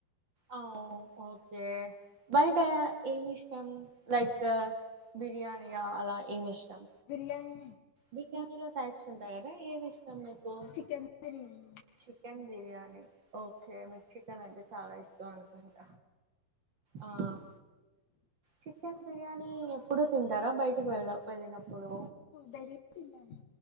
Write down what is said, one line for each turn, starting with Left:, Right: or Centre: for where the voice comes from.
Right: అ ఓకే బయట ఏమి ఇష్టం లైక్ బిర్యానియా అలా ఏమి ఇష్టం
Left: బిర్యానీ
Right: బిర్యానీలో టైప్స్ ఉంటాయి కదా ఏది ఇష్టం మీకు
Left: chicken biryani
Right: chicken biryani okay మీకు చికెన్ అంటే చాలా ఇష్టం అనుకుంట ఆ చికెన్ బిర్యాణి తింటారా బయటికి
Left: అవును
Right: వెళ్ళ వెళ్ళినప్పుడు
Left: డైలీ తింటాము